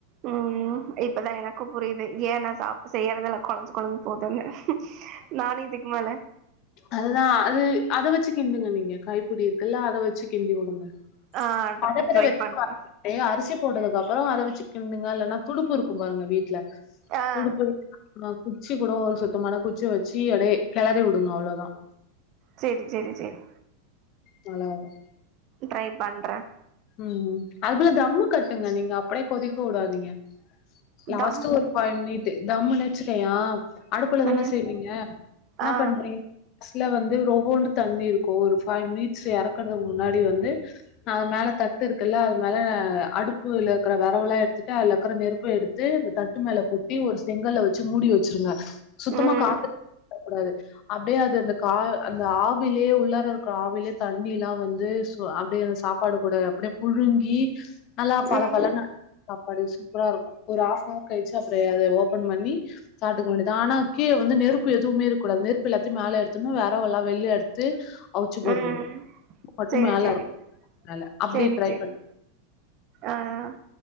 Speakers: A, on the right (about 40°); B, on the left (about 40°).
A: உம் இப்பதான் என் இப்ப புரியது ஏன் நா சாப்பா செய்றதுல கொளஞ்சு கொளஞ்சு போதல நானும் இதுக்கு மேல
B: அதுதான் அது அத வச்சு கிண்டுங்க நீங்க கைப்பிடி இருக்குல்ல அத வச்சு கிண்டி வுடுங்க
A: ஆ
B: மரத்த
A: ட்ரை
B: வெ
A: பண்றே
B: அரிசி <unintelligible> போட்டதுக்கு அப்புறம் அத வச்சு கிண்டுங்க இல்லன்னா துடுப்பு இருக்கும் பாருங்க வீட்ல
A: ஆ
B: துடுப்பு நா குச்சி கூட ஒரு சுத்தமான குச்சிய வச்சு அப்டியே கிளறி விடுங்க அவ்ளதான்
A: சேரி சேரி சேரி
B: நல்லா இரு
A: ட்ரை பண்றேன்
B: உம் அதுல தம்மு கட்டுங்க நீங்க அப்டியே கொதிக்க வுடாதீங்க லாஸ்ட்டா
A: தம்
B: ஒரு பை மினிட்டு தம் நச்சுக்கையா அடுப்புல தானே
A: ம்
B: செய்வீங்க என்ன
A: ஆ
B: பண்றீங்க கடசில வந்து ரொவோண்டு தண்ணி இருக்கும் ஒரு பைவ் மினிட்ஸ் இறக்கறதுக்கு முன்னாடி வந்து அது மேல தட்டு இருக்குல்ல அது மேல அடுப்புல இருக்கற விரவெல்லாம் எடுத்துட்டு அதுல இருக்கற நெருப்பு எடுத்து தட்டு மேல கொட்டி ஒரு செங்கல்ல வச்சு மூடி வச்சிருங்க சுத்தமா
A: ம்
B: காத்து போக கூடாது அப்டியே அது அந்த கா அந்த ஆவிலேயே உள்ளார இருக்க ஆவிலேயே தண்ணி எல்லாம் வந்து அப்டியே அந்த சாப்பாடு கூட அப்டியே புழுங்கி நல்லா பல
A: ம்
B: பலன்னு அப்படி சூப்பரா இருக்கும் ஒரு ஹாப்நவர் கழிச்சு அப்புற அத ஓப்பன் பண்ணி சாப்டுக்க வேண்டியதுான் ஆனா கீழ வந்து நெருப்பு எதுவுமே இருக்கடாது நெருப்பு எல்லாத்தையும் மேல எடுத்தருனும் வெரவா எல்லாம் வெளிய எடுத்து அச்சு போட்ரனும்
A: ம்
B: மட்டும்
A: சேரி
B: மேல
A: சேரி
B: இருக்கும் மேல அப்டி
A: சேரி
B: ட்ரை
A: சேரி ஆஹன்